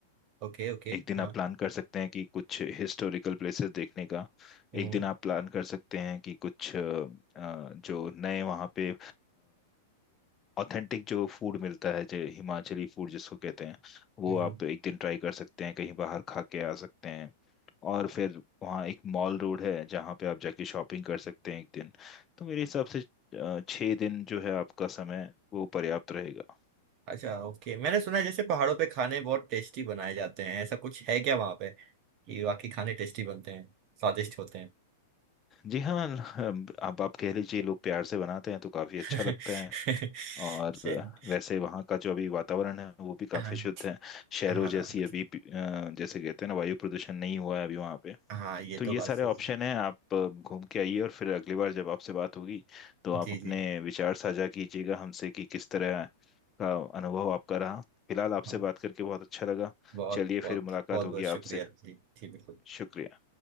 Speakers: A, on the right; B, on the left.
A: Okay okay
B: एक दिन
A: हाँ
B: आप प्लान कर सकते हैं कि कुछ हिस्टोरिकल प्लेसेस देखने का
A: हम्म
B: एक दिन आप प्लान कर सकते हैं कि कुछ अ, अ, जो नए वहाँ पे ऑथेंटिक जो फूड मिलता है जो हिमाचली फूड जिसको कहते हैं वो
A: हम्म
B: आप एक दिन ट्राई कर सकते हैं कहीं बाहर खा के आ सकते हैं और फिर वहाँ एक मॉल रोड है जहाँ पे आप जाके शॉपिंग कर सकते हैं एक दिन तो मेरे हिसाब से अ, छः दिन जो है आपका समय वो पर्याप्त रहेगा
A: अच्छा ओके मैंने सुना है जैसे पहाड़ों पे खाने बहुत टेस्टी बनाए जाते हैं ऐसा कुछ है क्या वहाँ पे कि वाकई खाने टेस्टी बनते हैं स्वादिष्ट होते हैं
B: जी हाँ हम- आप आप कह लीजिए लोग प्यार से बनाते हैं तो काफी अच्छा
A: <laughs>
B: लगता है और
A: चल
B: वैसे वहाँ का जो अभी वातावरण है वो भी काफी
A: हाँ
B: शुद्ध है शहरों
A: हाँ
B: जैसी अभी अ, जैसे कहते हैं ना वायु प्रदूषण नहीं हुआ है अभी वहाँ पे
A: हाँ ये
B: तो
A: तो
B: ये
A: बात
B: सारे
A: सही
B: ऑप्शन
A: है।
B: हैं आप अ, घूम के आइए और फिर अगली बार जब आपसे बात होगी तो आप
A: जी
B: अपने
A: जी
B: विचार साझा कीजिएगा हमसे कि किस तरह का अनुभव आपका रहा फिलहाल आपसे
A: हाँ
B: बात करके बहुत अच्छा लगा
A: बहुत
B: चलिए फिर
A: बहुत
B: मुलाकात
A: बहुत
B: होगी
A: बहुत शुक्रिया
B: आपसे
A: जी जी बिल्कुल
B: शुक्रिया